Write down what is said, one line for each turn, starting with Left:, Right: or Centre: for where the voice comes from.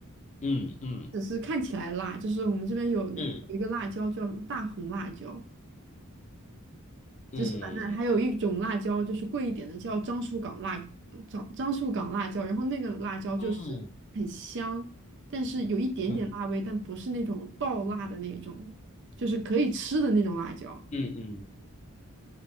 Left: 嗯
Right: 只是看起来辣。就是我们这边有那有一个辣椒叫什么大红辣椒。
Left: 嗯嗯
Right: 就是反正还有一种辣椒，就是贵一点的，叫樟树港辣樟樟树港辣椒，然后那个辣椒就是很香，
Left: 嗯
Right: 但是有一点点辣味，
Left: 嗯嗯嗯
Right: 但不是那种爆辣的那种，就是可以吃的那种辣椒。
Left: 嗯。嗯